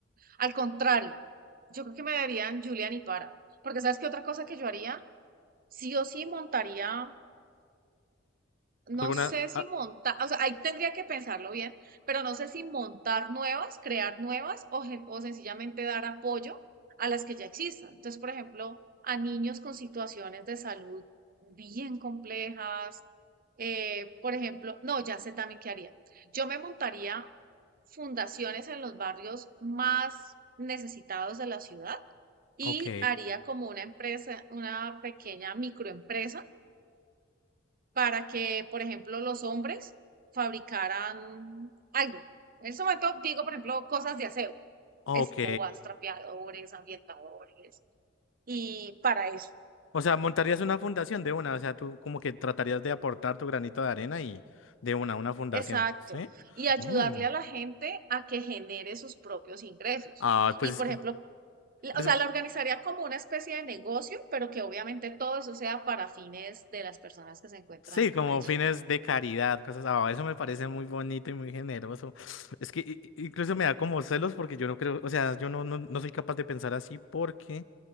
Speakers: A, on the right (about 50°); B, on the left (about 75°).
A: Al contrario, yo creo que me darían Julian y Tuara. Porque sabes qué otra cosa que yo haría, sí o sí montaría, no
B: ¿Alguna?
A: sé si
B: ah,
A: montar, o sea, ahí tendría que pensarlo bien, pero no sé si montar nuevas, crear nuevas o, gen- o sencillamente dar apoyo a las que ya existan. Entonces, por ejemplo, a niños con situaciones de salud bien complejas, eh, por ejemplo, no, ya sé también qué haría. Yo me montaría fundaciones en los barrios más necesitados de la ciudad y
B: ok,
A: haría como una empresa, una pequeña microempresa para que, por ejemplo, los hombres fabricaran algo. En ese momento digo, por ejemplo, cosas de aseo,
B: ok.
A: escobas, trapeadores, ambientadores, y para eso.
B: O sea, montarías una fundación de una, o sea, tú como que tratarías de aportar tu granito de arena y de una, una fundación,
A: Exacto.
B: ¿sí?
A: Y ayudarle
B: Mm.
A: a la gente a que genere sus propios ingresos.
B: Ah,
A: Y,
B: pues es
A: por
B: que,
A: ejemplo, la-
B: es-
A: o sea, la organizaría como una especie de negocio, pero que obviamente todo eso sea para fines de las personas que se encuentran
B: sí, como
A: allí.
B: fines de caridad, cosas, ah, eso me parece muy bonito y muy generoso. <sniffs> Es que i- i- incluso me da como celos porque yo no creo, o sea, yo no, no, no soy capaz de pensar así porque